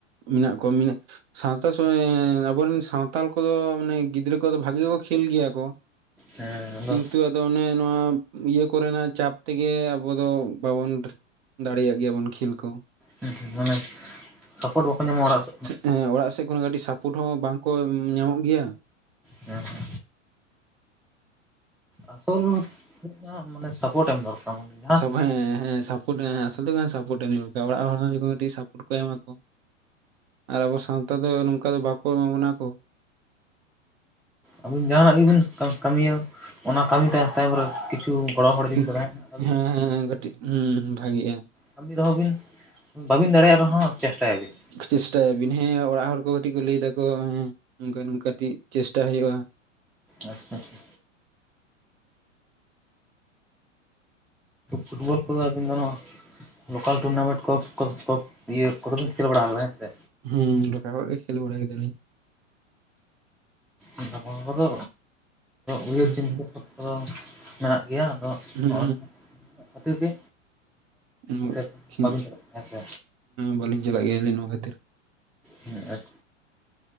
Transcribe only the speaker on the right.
ᱢᱮᱱᱟᱜ ᱠᱚᱣᱟ ᱢᱤᱱᱟ ᱥᱟᱶᱛᱟ ᱥᱚᱢᱮ ᱟᱵᱚᱨᱮᱱ ᱥᱟᱶᱟᱱᱛᱟᱞ ᱠᱚᱫᱚ ᱢᱟᱱᱮ ᱜᱤᱫᱽᱨᱟᱹ ᱠᱚᱫᱚ ᱵᱷᱟᱜᱤ ᱜᱮᱠᱚ ᱠᱷᱮᱞ ᱜᱮᱭᱟ ᱠᱚ᱾
ᱠᱤᱱᱛᱩ ᱟ ᱚᱱᱮ ᱱᱚᱣᱟ ᱤᱭᱟᱹ ᱠᱚᱨᱮᱱᱟᱜ ᱪᱟᱯ ᱛᱮᱜᱮ ᱟᱵᱚ ᱫᱚ ᱵᱟᱵᱚᱱ ᱫᱟᱲᱮᱭᱟᱜ ᱜᱮᱭᱟ ᱵᱚᱱ ᱠᱷᱮᱞ ᱠᱚ᱾
ᱦᱮᱸ ᱚᱲᱟᱜ ᱥᱮᱫ ᱠᱷᱚᱱ ᱠᱟᱹᱴᱤᱡ ᱥᱟᱯᱳᱴ ᱦᱚᱸ ᱵᱟᱝᱠᱚ ᱧᱟᱢᱚᱜ ᱜᱮᱭᱟ᱾
ᱥᱚᱵᱮ ᱦᱮᱸ ᱥᱟᱯᱚᱴ ᱟᱥᱚᱞ ᱦᱩᱭᱩᱜ ᱠᱟᱱᱟ ᱮᱢ ᱫᱚᱨᱠᱟᱨ ᱚᱲᱟᱜ ᱦᱚᱲ ᱠᱟᱹᱴᱤᱡ ᱮᱢᱟᱠᱚ ᱟᱨ ᱟᱵᱚ ᱥᱟᱱᱛᱟᱲ ᱫᱚ ᱱᱚᱝᱠᱟ ᱫᱚ ᱵᱟᱠᱚ ᱮᱢᱟ ᱵᱚᱱᱟ ᱠᱚ᱾
ᱦᱮᱸ
ᱦᱮᱸ ᱠᱟᱹᱴᱤᱡ ᱦᱚᱸ ᱵᱷᱟᱜᱤᱜᱼᱟ᱾
ᱪᱮᱥᱴᱟᱭ ᱟᱵᱤᱱ ᱦᱮᱸ ᱚᱲᱟᱜ ᱦᱚᱲ ᱠᱚ ᱠᱟᱹᱴᱤᱡ ᱠᱚ ᱞᱟᱹᱭ ᱫᱟᱠᱚ ᱦᱮᱸ ᱱᱚᱝᱠᱟ ᱠᱟᱹᱴᱤᱡ ᱪᱮᱥᱴᱟ ᱦᱩᱭᱩᱜᱼᱟ᱾
ᱦᱩᱸ ᱰᱚᱠᱟ ᱠᱷᱚᱡ ᱜᱮ ᱠᱷᱮᱞ ᱵᱟᱲᱟᱭ ᱫᱟᱞᱤᱧ᱾
ᱦᱩᱸ
ᱦᱩᱸ
<unintelligible>
ᱦᱮᱸ
ᱵᱟᱹᱞᱤᱧ ᱪᱟᱞᱟᱜ ᱜᱮᱭᱟᱞᱤᱧ ᱱᱚᱣᱟ ᱠᱷᱟᱹᱛᱤᱨ᱾